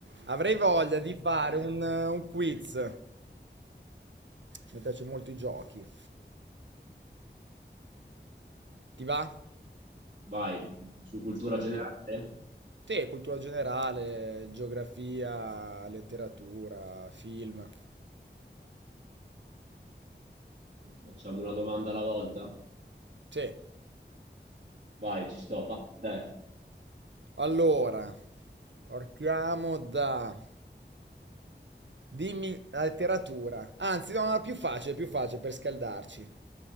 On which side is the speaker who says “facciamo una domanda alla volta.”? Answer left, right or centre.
Right